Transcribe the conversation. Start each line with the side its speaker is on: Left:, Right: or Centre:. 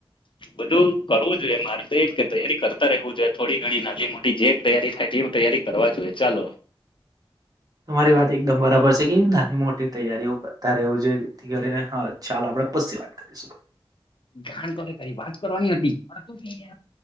Left: બધું કરવું જોઈએ મારે તો કે તૈયારી કરતા રહેવું જોઈએ થોડી ઘણી નાની મોટી જે તૈયારી થાય તે તૈયારી કરવા જોએ ચાલો
Right: તમારી વાત એકદમ બરાબર છે કે નાની મોટી તૈયારીઓ કરતા રહેવું છે જેથી કરીને હા ચાલો આપણેે પસી વાત કરી શું
Left: ગણ કરે તારી વાત કરવાની હતી